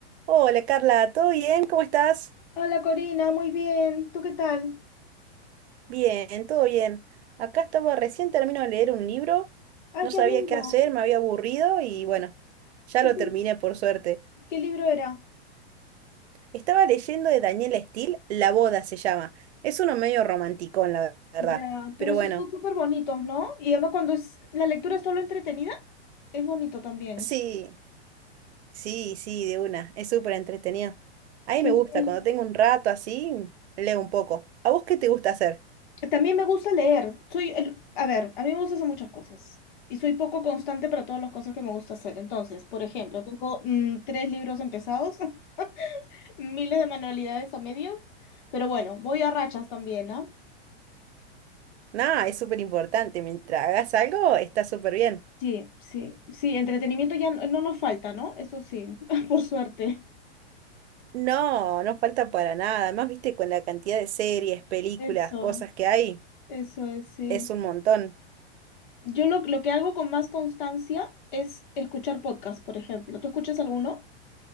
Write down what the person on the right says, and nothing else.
Hola Carla, ¿todo bien? ¿Cómo estás?
Bien, todo bien. Acá estaba, recién termino de leer un libro,
no
sabía
qué hacer, me había aburrido y bueno, ya
lo
terminé por suerte.
Estaba leyendo de Daniela Steele, La boda se llama. Es uno medio romántico, la verdad.
Pero
bueno,
sí, sí, sí, de una. Es súper entretenido. A mí
me gusta,
cuando tengo un rato así, leo un poco. ¿A vos qué te gusta hacer?
Nada, es súper importante. Mientras hagas algo, está súper bien.
No, no falta para nada. Además, viste, con la cantidad de series, películas,
cosas que hay,
es un montón.